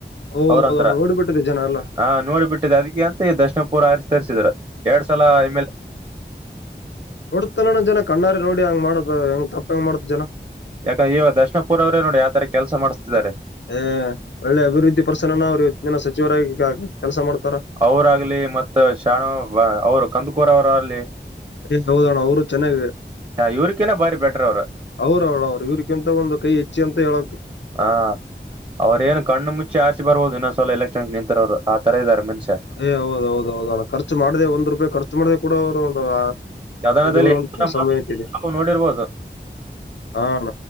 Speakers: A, on the left; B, on the right.
A: ಹೌದ್
B: ಅವ್ರಂಂತರ
A: ಹೌದಣ್ಣ ನೋಡ್ಬಿಟ್ಟಿದೆ ಜನ ಎಲ್ಲ
B: ಹ ನೋಡ್ಬಿಟ್ಟ ಇ ಅದಕ್ಕೆ ಅಂತ ದರ್ಶನಪುರ ಆ ತರಿಸಿದ್ರ ಎರಡ್ ಸಲ ಇಮೇಲೆ
A: ನೋಡತಲ್ಲ ನ ಜನ ಕಣ್ಣಾರೆ ನೋಡಿ ಹಂಗ ಮಾಡುದು ಹೆಂಗ್ ತಪ್ಪ ಹೆಂಗ ಮಾಡುದು ಜನ
B: ಯಾಕಂದ್ರೆ ಈವ ದರ್ಶನಪುರ ಅವ್ರೇ ನೋಡಿ ಯ ತರ ಕೆಲಸ ಮಾಡಸದಿದ್ದಾರೆ
A: ಹ ಒಳ್ಳೆ ಅಭಿವೃದ್ಧಿ ಪರ್ಸನನ ಅವ್ರು ಇವತ್ತಿನ ಸಚಿವರಾಗಿಗ ಕೆಲಸ ಮಾಡ್ತಾರ
B: ಅವರಾಗಗ್ಲಿ ಮತ್ತ ಶಾಣ ಅವರು ಕಂದಕೂರ ಅವರಾಗಲಿ
A: ಏ ಹೌದಣ ಅವರು ಚೆನ್ನಾಗ <unintelligible>
B: ಇವ್ರಕಿನ ಬಾರಿ ಬೆಟರ್ ಅವ್ರ
A: ಅವರ ಅವಣ ಅವ್ರು ಇವ್ರ ತ ಒಂದು ಕೈ ಹೆಚ್ಚಿ ಅಂತ ಹೇಳ
B: ಹಾ ಅವ್ರ್ ಏನು ಕಣ್ಣು ಮುಚ್ಚಿ ಆರ್ಚಿ ಬರ್ಬೋದು ಇನ್ನೊಂದ್ವಲ ಎಲೆಕ್ಷನ್ ನಿಂತರ ಅವ್ರು ಆ ತರ ಇದಾರೆ ಮನುಷ್ಯ
A: ಏ ಹೌದೌದ ಹೌದಣ ಖರ್ಚು ಮಾಡ್ದ ಒಂದ್ ರೂಪಾಯಿ ಖರ್ಚು ಮಾಡ್ದ ಕೂಡ ಅವ್ರು ಒಂದು
B: ಸದನದಲ್ಲಿ
A: ಎಗೆದ್ದು ಬರುವಂತಹ
B: ಎಷ್ಟ್ ತರ
A: ಸಂಮ್ಮನತೆ
B: ಮಾತಾಡ್ತಾರೋ
A: ಇದೆ
B: ತಾವು ನೋಡಿರ್ಬೋದು
A: ಹಣ